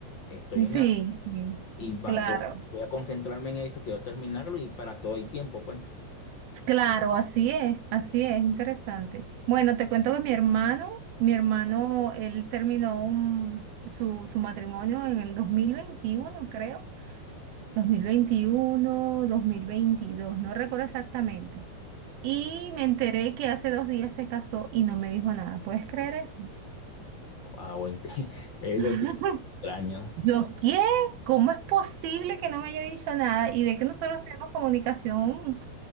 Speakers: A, on the left; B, on the right.
A: estoy en
B: Sí,
A: algo
B: sí,
A: y va-
B: claro,
A: voy, voy a concentrarme en eso, quiero terminarlo y para todo hay tiempo, pues.
B: claro, así es, así es, interesante. Bueno, te cuento que mi hermano, mi hermano, él terminó un- su, su matrimonio en el 2021 creo, dos dos mil veintiuno dos mil veintidós no recuerdo exactamente. Y me enteré que hace dos días se casó y no me dijo nada. ¿Puedes creer eso?
A: Wow, el te- <laughs> eso
B: <laughs>
A: sí, es extraño.
B: Yo, ¿qué? ¿Cómo es posible que no me haya dicho nada? Y ve que nosotros tenemos comunicación